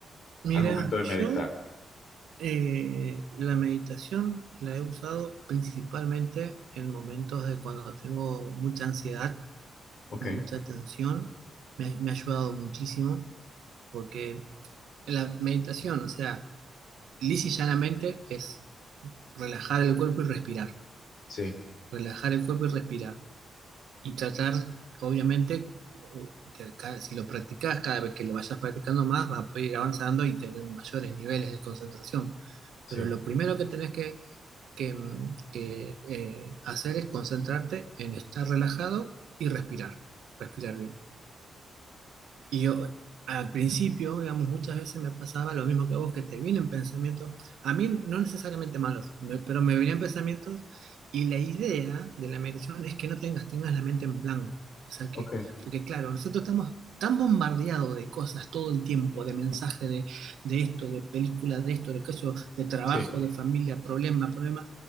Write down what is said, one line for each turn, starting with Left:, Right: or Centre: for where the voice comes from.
Right: mira,
Left: al momento de
Right: yo
Left: meditar?
Right: eh, la meditación la he usado principalmente en momentos de cuando tengo mucha ansiedad
Left: Ok,
Right: o mucha tensión, me, ha- me ha ayudado muchísimo porque la meditación, o sea, lisa y llanamente es relajar el cuerpo y respirar.
Left: sí,
Right: relajar el cuerpo y respirar. Y tratar, obviamente, de ca- si lo practicas, cada vez que lo vayas practicando más, vas a poder ir avanzando y tener mayores niveles de concentración.
Left: sí,
Right: Pero lo primero que tenés que, que, mm, que, eh, hacer es concentrarte en estar relajado y respirar, respirar bien. Y yo, al principio, digamos, muchas veces me pasaba lo mismo que a vos, que te vienen pensamientos, a mí no necesariamente malos, me- pero me venían pensamientos y la idea de la meditación es que no tengas, tengas la mente en blanco. O sea
Left: ok.
Right: que, porque claro, nosotros estamos tan bombardeados de cosas todo el tiempo, de mensajes de, de esto, de películas, de esto, de eso, de trabajo,
Left: Sí,
Right: de familia, problema, problema,